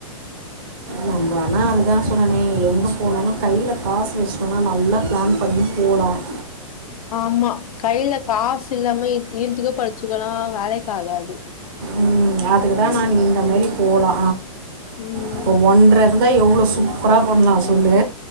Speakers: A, on the right; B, on the left.
A: நம்ம ஆனா அதுதா சொன்னனே எங்க போனாலு கையில காசு வச்சுட்டோனா நல்லா ப்ளான் பண்ணி பூடான்
B: ஆமா கையில காசு இல்லாம <unintelligible> படிச்சுகனா வேலைக்காகாது
A: ம் அதுக்கு தா நா இந்த மாரி போலா
B: ம்
A: இப்ப ஒன்ற வந்தா எவ்ளோ சூப்பரா பண்லா சொல்லு